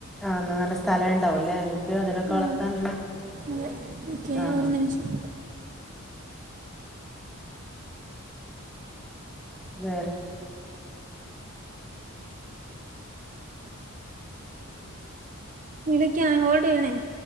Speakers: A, in the centre; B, on the right (about 35°).
A: ആഹ നല്ല സ്ഥലം ഉണ്ടാവുംല്ലേ ക്ക് അതിനൊക്കെ
B: ആ
A: വളർത്താനുള്ള.
B: അതെ അതെ ഓക്കെ
A: ആഹ്
B: ഒരു നിമിഷം.
A: വേറെ.
B: വിളിക്കാം ഹോൾഡ് ചെയ്യണേ.